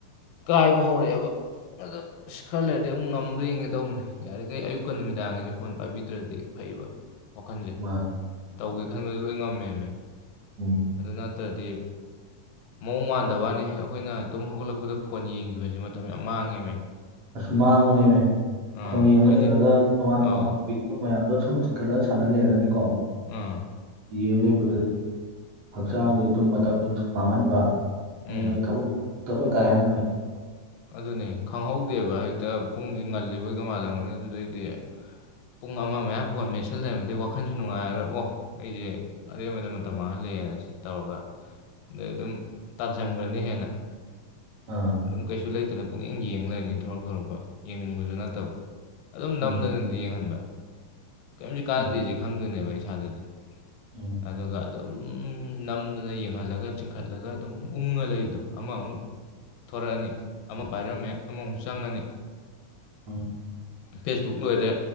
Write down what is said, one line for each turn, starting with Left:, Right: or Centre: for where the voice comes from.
Left: ꯀꯥꯏꯕ ꯍꯧꯔꯛꯑꯦꯕ ꯑꯗꯣ ꯑꯁ ꯈꯔ ꯂꯩꯔꯗꯤ ꯉꯝꯕ꯭ꯔꯔꯤꯡꯒꯦ ꯇꯧꯕꯅꯦ ꯌꯥꯔꯤꯈꯩ ꯑꯌꯨꯛꯀ ꯅꯨꯃꯤꯗꯥꯡꯁꯦ ꯐꯣꯟ ꯄꯥꯏꯕꯤꯗ꯭ꯔꯗꯤ ꯐꯩꯕ ꯋꯥꯈꯟꯁꯦ
Right: ꯃꯥꯅꯤ
Left: ꯇꯧꯒꯦ ꯈꯟꯕꯗ ꯂꯣꯏ ꯉꯝꯃꯦꯅꯦ
Right: ꯎꯝ
Left: ꯑꯗꯨ ꯅꯠꯇ꯭ꯔꯗꯤ ꯃꯑꯣꯡ ꯃꯥꯟꯗꯕꯅꯦꯍ ꯑꯩꯈꯣꯏꯅ ꯇꯨꯝ ꯍꯧꯒꯠꯂꯛꯄꯗ ꯐꯣꯟ ꯌꯦꯡꯈꯤꯕꯁꯦ ꯃꯇꯝ ꯌꯥꯝ ꯃꯥꯡꯉꯦꯃꯦ
Right: ꯑꯁ ꯃꯥꯡꯕꯅꯦꯅꯦ
Left: ꯑꯥ
Right: ꯐꯣꯟ ꯌꯦꯡꯉꯒ
Left: ꯍꯥꯏꯗꯤ
Right: ꯂꯩꯈꯔꯒ ꯇꯣꯉꯥꯟ ꯇꯣꯉꯥꯟꯕ
Left: ꯑꯥꯎ
Right: ꯚꯤ ꯑ ꯃꯌꯥꯝꯗꯣ ꯁꯨꯝ ꯊꯤꯟꯈꯠꯂꯒ ꯁꯥꯟꯅ ꯂꯩꯔꯒꯅꯦꯀꯣ
Left: ꯑꯥ
Right: ꯌꯦꯡ ꯂꯩꯕꯗꯨꯗꯒꯤ ꯍꯛꯆꯥꯡꯁꯦ ꯇꯨꯝ ꯃꯇꯝꯁꯨ ꯃꯥꯡꯍꯟꯕ
Left: ꯎꯝ
Right: ꯊꯕꯛ ꯇꯔ ꯀꯥꯏꯍꯟꯕꯅꯦꯕ
Left: ꯑꯗꯨꯅꯦ ꯈꯪꯍꯧꯗꯦꯕ ꯍꯦꯛꯇ ꯄꯨꯡꯁꯤ ꯉꯜꯂꯤꯕꯩꯒ ꯃꯥꯜꯂꯝꯒꯅꯤ ꯑꯗꯨꯗꯩꯗꯤ ꯄꯨꯡ ꯑꯃ ꯃꯌꯥꯝ ꯐꯣꯟ ꯃꯦꯠꯁꯜ ꯂꯩꯔꯝꯝꯕꯗꯤ ꯋꯥꯈꯟꯁꯨ ꯅꯨꯡꯉꯥꯏꯔꯔꯣꯏ ꯑꯣ ꯑꯩꯁꯦ ꯑꯔꯦꯝꯕꯗ ꯃꯇꯝ ꯃꯥꯡꯍꯜꯂꯛꯑꯦꯅ ꯁꯤ ꯇꯧꯔꯒ ꯑꯗꯩ ꯑꯗꯨꯝ ꯇꯥꯟꯁꯤꯟꯈ꯭ꯔꯅꯤ ꯍꯦꯟꯅ
Right: ꯑꯥ
Left: ꯑꯗꯨꯝ ꯀꯩꯁꯨ ꯂꯩꯇꯅ ꯄꯨꯛꯅꯤꯡ ꯌꯦꯡꯂꯡ ꯂꯩꯅꯤ ꯊꯣꯔꯛ ꯊꯣꯔꯛꯄ ꯌꯦꯡꯅꯤꯡꯕꯁꯨ ꯅꯠꯇꯕ ꯑꯗꯨꯝ
Right: ꯎꯝ
Left: ꯅꯝꯗꯅ ꯌꯦꯡꯍꯟꯕ ꯀꯔꯤꯝꯁꯨ ꯀꯥꯟꯅꯗꯦꯁꯤ
Right: ꯑꯗꯨ
Left: ꯈꯪꯗꯣꯏꯅꯦꯕ ꯏꯁꯥꯗꯗꯤ
Right: ꯎꯝ
Left: ꯑꯗꯨꯒ ꯑꯗꯨꯝ ꯅꯝꯗꯨꯅ ꯌꯦꯡꯍꯜꯂꯒ ꯆꯤꯡꯈꯠꯂꯒ ꯑꯗꯨꯝ ꯎꯡꯉ ꯂꯩꯕꯗꯣ ꯑꯃꯃꯨꯛ ꯊꯣꯔꯛꯑꯅꯤ ꯑꯃ ꯄꯥꯏꯔꯝꯃꯦ ꯑꯃꯃꯨꯛ ꯆꯪꯉꯅꯤ
Right: ꯎꯝ
Left: ꯐꯦꯁꯕꯨꯛ ꯂꯣꯏꯔꯦ